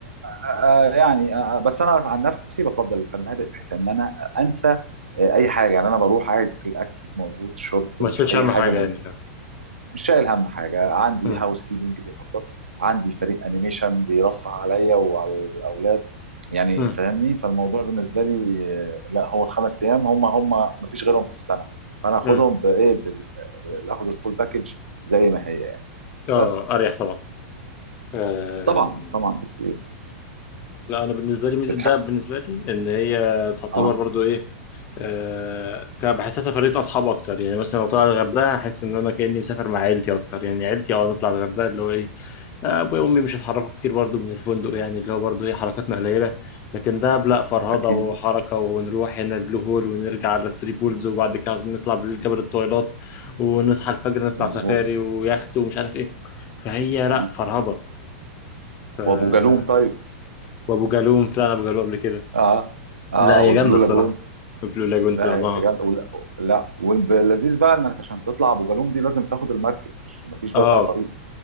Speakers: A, on the right; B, on the left.
A: آه، آه، يعني آه، آه، بس انا عن نفسي بفضل الفنادق بحيث ان انا انسى آه، اي حاجه يعني انا بروح عايز الاكل موجود الشرب
B: ما
A: الح-
B: تشيلش
A: اي
B: اهم
A: حاجه
B: حاجه
A: موجوده
B: يعني
A: مش شايل هم حاجه عندي
B: امم
A: هاوس كيبنج بينظف عندي فريق انيميشن بيرفه عليا وعلى الاولاد يعني
B: امم
A: فاهمني فالموضوع بالنسبه لي آه، لا هو الخمس ايام هم هم مفيش غيرهم في السنه فانا اخدهم
B: امم
A: بايه بال- آه، اخد الفول باكج زي ما هي يعني
B: اه
A: بس
B: اريح طبعا آم،
A: طبعا طبعا بكتير
B: لا انا بالنسبه لي ميزه
A: بتحب
B: دهب بالنسبه لي ان هي تعتبر
A: اه
B: برضو إيه، آه، كان بحسها سفرية أصحاب أكتر يعني مثلا لو طلع الغردقة هحس إن أنا كأني مسافر مع عيلتي أكتر يعني عيلتي أه نطلع الغردقة اللي هو إيه آه، أبويا وأمي مش هيتحركوا كتير برضو من الفندق يعني اللي هو برضو إيه حركاتنا قليلة لكن دهب لأ فرهضة
A: اكيد
B: وحركة ونروح هنا البلو هول ونرجع على الثري بولز وبعد كده عايزين نطلع بالليل جبل الطويلات ونصحى الفجر نطلع
A: مظبوط
B: سفاري ويخت ومش عارف إيه فهي لأ
A: اه
B: فرهضة ف...
A: وابو جالوم طيب
B: وأبو جالوم طلعنا أبو جالوم قبل كده
A: اه اه
B: لأ هي
A: والبلو
B: جامدة الصراحة
A: لاجون
B: البلو لاجون
A: لا
B: طلعناها
A: يا جامد ولا لا واللذيذ بقى انك عشان تطلع ابو جالوم دي لازم تاخد المركب مش مفيش بقى
B: اه
A: طريق